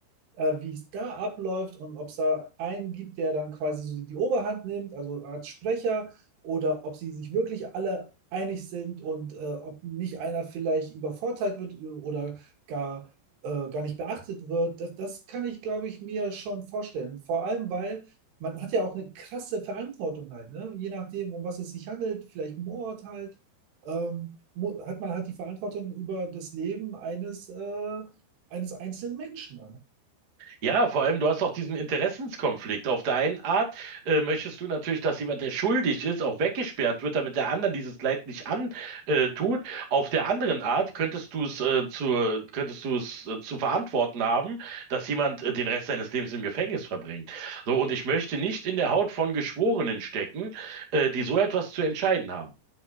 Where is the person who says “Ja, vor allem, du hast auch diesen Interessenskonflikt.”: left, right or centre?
Right